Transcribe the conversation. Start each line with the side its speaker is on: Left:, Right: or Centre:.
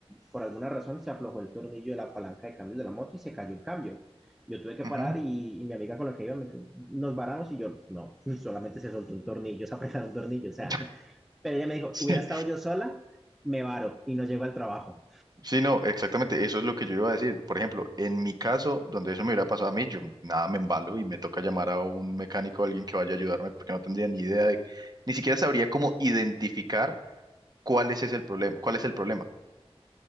Centre: por alguna razón se aflojó el tornillo de la palanca de cambio de la moto y se cayó el cambio. Yo tuve que
Right: Ujú.
Centre: parar y, y mi amiga con la que iba me dijo, nos varamos y yo, no, solamente se soltó un tornillo, se apretó un tornillo, o sea,
Right: <laughs>
Centre: <laughs> pero ella me dijo,
Right: Sí,
Centre: hubiera estado yo sola, me varo y no llego al trabajo.
Right: sí, no, exactamente, eso es lo que yo iba a decir. Por ejemplo, en mi caso, donde eso me hubiera pasado a mí, yo nada me embalo y me toca llamar a un mecánico, a alguien que vaya a ayudarme, porque no tendría ni idea de, ni siquiera sabría cómo identificar ¿Cuál es ese el problema? ¿Cuál es el problema?